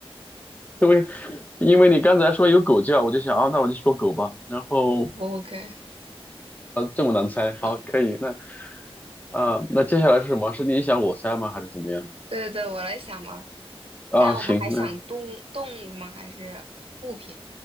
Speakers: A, on the left; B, on the right.
A: 因为因为你刚才说有狗叫，我就想啊，那我就说狗吧。然后
B: OK。
A: 呃，这么难猜，好，
B: 的。
A: 可以。那啊、那接下来是什么？是你想我猜吗？还是怎么样？
B: 对对对，我来想嘛。
A: 啊，
B: 那我们还想动动物吗？
A: 行，那
B: 还是物品